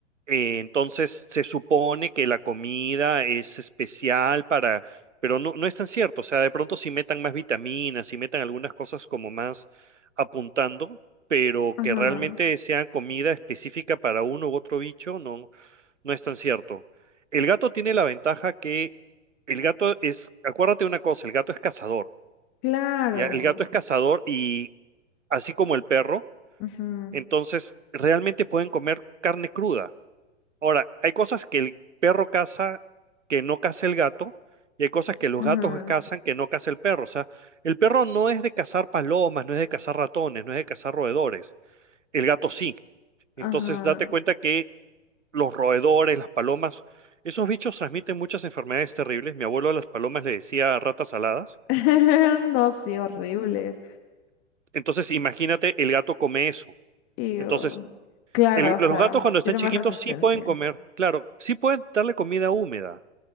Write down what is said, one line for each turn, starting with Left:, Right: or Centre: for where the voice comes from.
Right: Eh, entonces se supone que la comida es especial para, pero no, no es tan cierto. O sea, de pronto si metan más vitaminas, si metan algunas cosas como más apuntando, pero
Left: Ajá.
Right: que realmente sea comida específica para uno u otro bicho, no, no es tan cierto. El gato tiene la ventaja que el gato es, acuérdate de una cosa, el gato es cazador.
Left: Claro.
Right: ¿ya? El gato es cazador y así como el perro,
Left: Ajá.
Right: entonces realmente pueden comer carne cruda. Ahora, hay cosas que el perro caza que no caza el gato y hay cosas que los
Left: Ajá.
Right: gatos cazan que no caza el perro. O sea, el perro no es de cazar palomas, no es de cazar ratones, no es de cazar roedores. El gato sí.
Left: Ajá.
Right: Entonces, date cuenta que los roedores, las palomas, esos bichos transmiten muchas enfermedades terribles. Mi abuelo a las palomas le decía ratas aladas.
Left: <laughs> No, sí, horribles.
Right: Entonces, imagínate, el gato come eso.
Left: Y
Right: Entonces,
Left: oh, claro,
Right: el-
Left: o
Right: los
Left: sea,
Right: gatos cuando están
Left: tiene
Right: chiquitos
Left: más resistencia.
Right: sí pueden comer, claro, sí pueden darle comida húmeda,